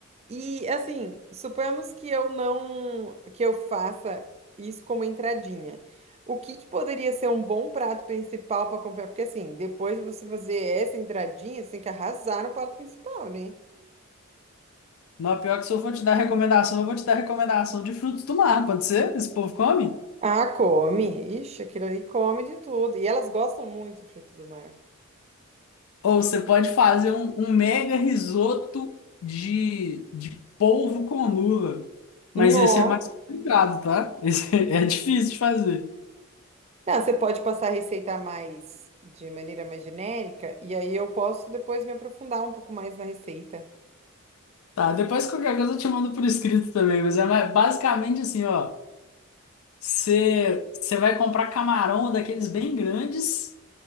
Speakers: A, on the right; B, on the left.
A: E assim, suponhamos que eu não, que eu faça isso como entradinha. O que que poderia ser um bom prato principal para acompanhar? Porque assim, depois de você fazer essa entradinha, você tem que arrasar no prato principal, né?
B: Não, pior que se eu for te dar recomendação, eu vou te dar recomendação de frutos do mar, pode ser? Esse povo come?
A: Ah, come. Ixi, aquilo ali come de tudo. E elas gostam muito de frutos do mar.
B: Ou você pode fazer um, um mega risoto de, de polvo com lula. Mas
A: Nossa.
B: esse é mais complicado, tá? Esse <laughs> é, é difícil de fazer.
A: Não, você pode passar a receita mais de maneira mais genérica, e aí eu posso depois me aprofundar um pouco mais na receita.
B: Tá, depois qualquer coisa eu te mando por escrito também, mas é mais- basicamente assim, ó. Você você vai comprar camarão daqueles bem grandes.